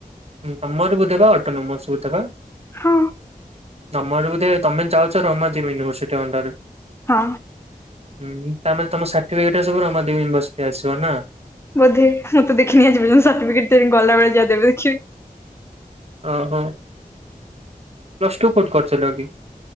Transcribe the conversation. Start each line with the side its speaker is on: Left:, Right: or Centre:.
Right: ତମର ବୋଧେ ପା ଅଟୋନମସ୍ ହୁ ଥିବ।
Left: ହଁ
Right: ତମ ଆଡୁ ବୋଧେ ତମେ ଚାହୁଁଚ ରମାଦେବୀ ୟୁନଭରସିଟି ଅଣ୍ଡରେ।
Left: ହଁ।
Right: ହୁଁ ତା ମାନେ ତମ ସାର୍ଟିଫିକେଟ ଟା ସବୁ ରମାଦେବୀ ୟୁନଭରସିଟି ଆସିବ ନା?
Left: ବୋଧେ ମୁଁ ତ ଦେଖିନି ଆଜି ପର୍ଯ୍ୟନ୍ତ ସାର୍ଟିଫିକେଟ ତେଣିକି ଗଲାବେଳେ ଯା ଦେବେ ଦେଖିବି।
Right: ଅ ହଁ। ପ୍ଲସ୍ ଟୁ କୋଉଠି କରୁଥିଲ କି?